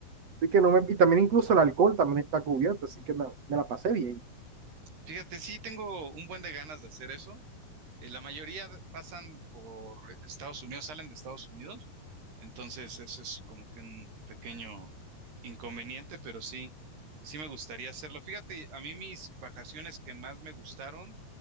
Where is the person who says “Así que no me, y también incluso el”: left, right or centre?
Right